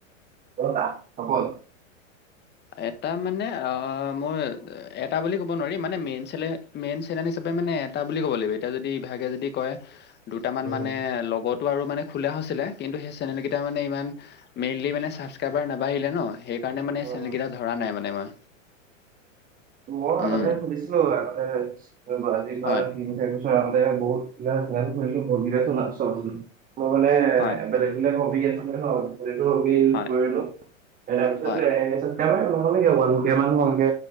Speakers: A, on the right; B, on the left.
A: ক'ৰ তাত হ'ব।
B: এটা মানে অ'। মই এটা বুলি ক'ব নোৱাৰি, মানে মেইন চেলে মেইন চেনেনী হিচাপে মানে এটা বুলি ক'ব লাগিব, এতিয়া যদি ভ তেনেকে যদি কয়, দুটা মান
A: উম
B: মানে লগত বাৰু মানে খোলা হৈছিলে। কিন্তু, সেই চেনেল কেইটা মানে ইমান মেইনলি মে চাবক্ৰাইবাৰ নাবাঢ়িলে ন। সেইকাৰণে মানে
A: উম।
B: চেনেল কেইটা ধৰা মই।
A: মই আগতে
B: উম
A: সুধিছিলোঁ, আগতে গুৱাহাটীৰ পৰা
B: হয়
A: <unintelligible> বহুত কে হেল্প কৰিলোঁ, ভৰিয়ে চলা চলাবলৈ। মই মানে
B: হয়
A: বেলেগ বিলাক হবি আছিলে হয়। যিহেতু উকীল
B: হয়
A: কৰিলোঁ, তাৰপিছতে
B: হয়
A: চাবছকাইবাৰ <unintelligible> কে